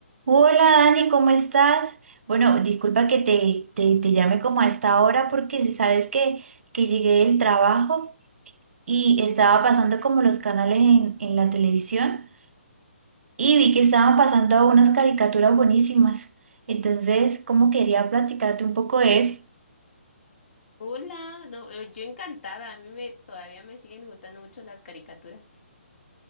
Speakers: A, on the right (about 65°); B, on the left (about 55°).
A: Hola Dani, ¿cómo estás? Bueno, disculpa que te, te, te llame como a esta hora porque si sabes que, que llegué del trabajo y estaba pasando como los canales en, en la televisión y vi que estaban pasando unas caricaturas buenísimas. Entonces, como quería platicarte un poco de eso.
B: Hola, no, eh, yo encantada, a mí me, todavía me siguen gustando mucho las caricaturas.